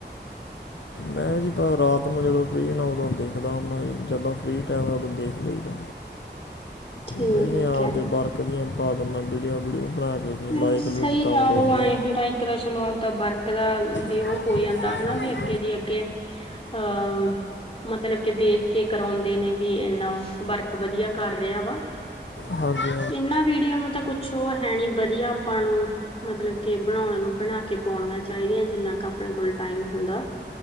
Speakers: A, on the left; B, on the left.
A: ਮੈਂ ਜੀ ਤਾਂ ਰਾਤ ਨੂੰ ਜਦੋਂ ਫ੍ਰੀ ਹੁਨਾ ਉਦੋਂ ਦੇਖਦਾ ਹੁੰਦਾ ਜੀ ਜਿੱਦਾਂ ਫ੍ਰੀ ਟਾਈਮ ਹੈ ਉਦੋਂ ਦੇਖ ਲਈਦਾ।
B: ਠੀਕ
A: ਮੈ ਵੀ ਆਪਦੇ
B: ਹੈ
A: ਵਰਕ ਦੀਆਂ ਪਾ ਦਿਨਾ ਵੀਡੀਓ-ਵੂਡੀਓ ਬਣਾ ਕੇ। ਜੀ
B: ਨਹੀਂ
A: ਲਾਈਕ
B: ਸਹੀ
A: ਲੂਕ ਤਾਂ ਆਉਂਦੇ
B: ਆ ਉਹ
A: ਨਹੀਂ
B: ਆਏ
A: ਆ
B: ਹੁੰਦੈ ਤਾਂ ਚਲੋ ਆਪਦਾ ਵਰਕ ਦਾ ਵੀ
A: ਹਾਂਜੀ
B: ਉਹ ਹੋ ਜਾਂਦਾ ਹਨਾ ਵੀ ਅੱਗੇ ਦੀ ਅੱਗੇ ਹਾਂ ਮਤਲੱਬ ਵੀ ਦੇਖ ਕੇ ਕਰਾਉਂਦੇ ਨੇ ਵੀ ਇਨਾ ਵਰਕ ਵਧੀਆ ਕਰ ਰਿਹਾ ਵਾ‌।
A: ਹਾਂਜੀ ਹਾਂਜੀ
B: ਇਹਨਾਂ ਵੀਡੀਓ ਨੂੰ ਤਾਂ ਕੁੱਛ ਓ ਹੈ ਨੀ ਵਧੀਆ ਆਪਾਂ ਨੂੰ ਮਤਲੱਬ ਕੇ ਬਣਾਉਣ ਨੂੰ, ਬਣਾ ਕੇ ਪਾਉਣੀਆਂ ਚਾਹੀਦੀਆਂ ਜਿੰਨਾ ਕੁ ਆਪਣੇ ਕੋਲ ਟਾਈਮ ਹੁੰਦਾ।